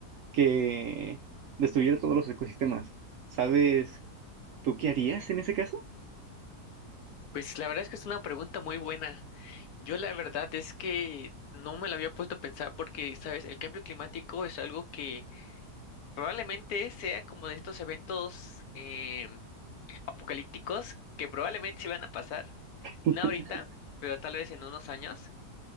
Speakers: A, on the right; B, on the left.
A: que destruyera todos los ecosistemas? ¿Sabes tú qué harías en ese caso?
B: Pues la verdad es que es una pregunta muy buena. Yo la verdad es que no me la había puesto a pensar porque, sabes, el cambio climático es algo que probablemente sea como de estos eventos em, apocalípticos que probablemente sí van a pasar.
A: <laughs>
B: No ahorita, pero tal vez en unos años.